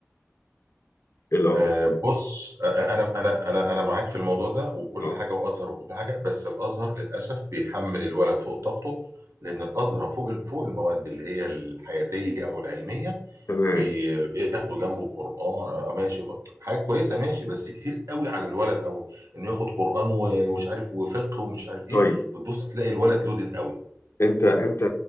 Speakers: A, on the left (about 55°); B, on the right (about 85°).
A: الازهر
B: آه، بص آه، آه، انا انا انا انا معاك في الموضوع ده وكل
A: اه
B: حاجه وازهر وكل حاجه بس الازهر للاسف بيحمل الولد فوق طاقته لان الازهر فوق فوق المواد اللي هي الحياتيه او العلميه
A: تمام
B: بي- بياخدوا جنبه قران آه آه، ماشي خ- حاجه كويسه ماشي بس كتير قوي على الولد او انه ياخد قران و- ومش عارف وفقه ومش عارف ايه
A: طيب
B: بتبص تلاقي الولد لودد قوي
A: انت انت